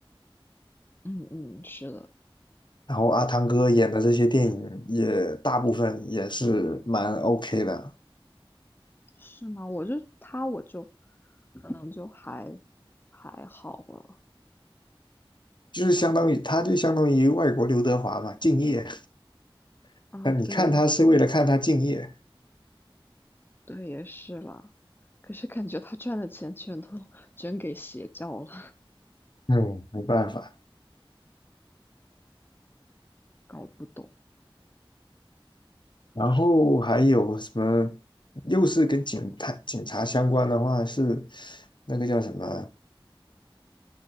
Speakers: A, on the left (about 20°); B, on the left (about 55°).
A: 嗯嗯，是的，
B: 然后阿汤哥演的这些电影也大部分也是蛮 OK 的，
A: 是吗？我就他，我就可能就还还好了
B: 就是相当于他就相当于外国刘德华嘛，敬业。<laughs>
A: 啊。
B: 那你看他是为了看他敬业，
A: 对对，也是啦。可是感觉他赚的钱全都捐给邪教了，
B: 嗯，没办法。
A: 搞不懂。
B: 然后还有什么，又是跟警探、警察相关的话，是那个叫什么？